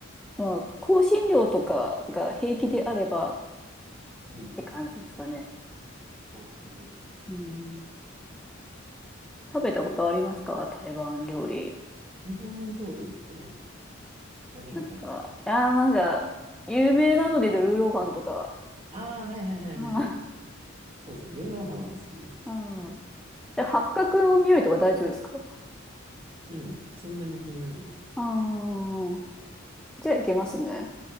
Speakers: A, in the centre; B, on the right.
A: まあ、香辛料とかが平気であればっ
B: うん、うん。
A: て感じですかね。
B: ああなるほど。
A: うん。食べたことありますか台湾料理。
B: 台湾料理ってなんだ何が台湾
A: なんか、いやーなんか、有名なのでルーローファンとか。
B: あー、はいはいはいはいはい。
A: <laughs>
B: そうですね。ルーローハンは好きです。
A: うん。うん
B: 結構。
A: で、八角の匂いとか大丈夫ですか
B: うん。そんなに気にならない。
A: ああ、じゃあいけますね。